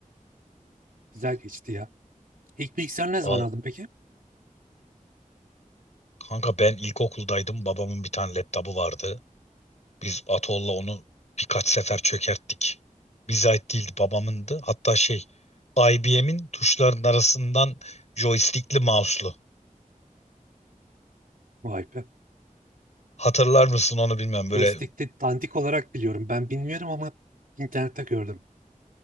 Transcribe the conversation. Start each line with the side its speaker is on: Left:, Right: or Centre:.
Right: Güzel geçti ya. İlk bilgisayarı ne zaman
Left: Val-
Right: aldın peki?
Left: Kanka ben ilkokuldaydım. Babamın bir tane laptopu vardı. Biz Atol'la onu birkaç sefer çökerttik. Bize ait değildi, babamındı. Hatta şey IBM'in tuşların arasından joystickli mouse'lu.
Right: Vay be.
Left: Hatırlar mısın onu bilmem. Böyle
Right: Joystick'te dandik olarak biliyorum. Ben bilmiyorum ama internette gördüm.